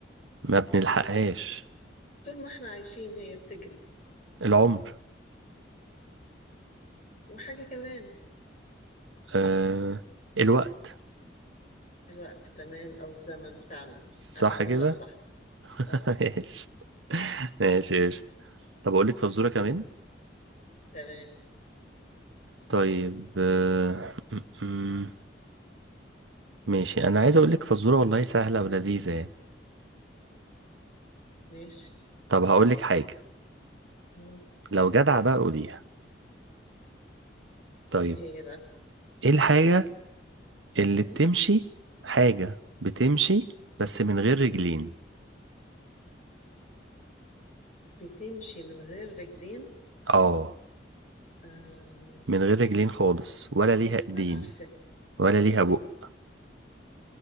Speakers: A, on the right; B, on the left.
A: ما بنلحقهاش
B: طول ما احنا عايشين هي بتجري
A: العمر
B: وحاجة كمان
A: آه، الوقت
B: الوقت تمام او الزمن فعلا
A: صح
B: اعتبرها
A: كده
B: لك صح
A: <laughs>
B: اه
A: ماشي ماشي قشطة طب اقول لك فزوره كمان
B: <laughs> تمام
A: طيب آه، م- م- ماشي انا عايز اقول لك فزوره والله سهله ولذيذه يعني
B: ماشي
A: طب هقولك حاجة
B: مم.
A: لو جدع بقى قوليها طيب
B: ايه هي بقى
A: ايه الحاجة اللي
B: ايوه
A: بتمشي حاجة بتمشي بس من غير رجلين
B: مم. بتمشي من غير رجلين
A: اه
B: آه.
A: من غير رجلين خالص ولا ليها ايدين
B: انا عارفاه
A: ولا
B: انا
A: ليها
B: عارفاه
A: بق